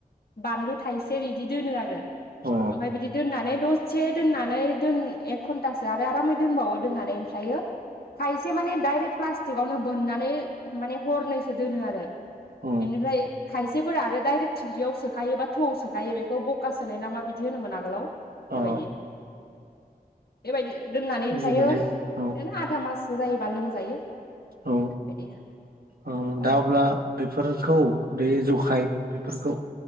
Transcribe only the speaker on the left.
बानलु थाइसे बिदि दोनो आरो
ओमफ्राय बिदि दोननानै ददसे दोननानै दोन एक घन्टासो आरो आरामै दोनबावो दोननानै ओमफ्रियो खायसे माने दडाइरेक्ट प्लास्टिकआवनो बोननानै माने हरनैसो दोनो आरो
इनिफ्राय खायसेफोरा आरो दाइरेक्ट थिंख्यियाव सोखायोबाथ थौआव सोखायो बेखौ बखा सोनाय ना मा बिदि होनोमोन आगोलाव
बेबायदि बेबायदि दोननानै ओमफ्रायो
बिदिनो
आधा माससो जायोबा लोंजायो।
बिदि
औ